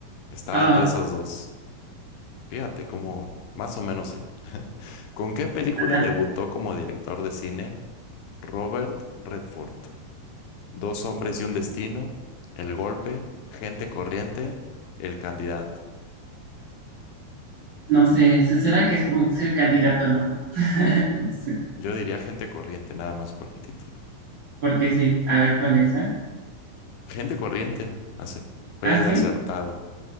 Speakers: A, on the left; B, on the right.
A: Estaba
B: Ah,
A: entre esos dos. Fíjate cómo, más o menos sí. ¿Con qué película
B: ajá.
A: debutó como director de cine Robert Redford? Dos hombres y un destino, El golpe, Gente corriente, El candidato.
B: No sé, se suena que es como que es el candidato, ¿no? <laughs> No sé.
A: Yo diría Gente corriente, nada más por el título.
B: Porque sí, a ver cuál es, ¿ah?
A: Gente corriente, acep- fue
B: ¿Ah, sí?
A: acertado.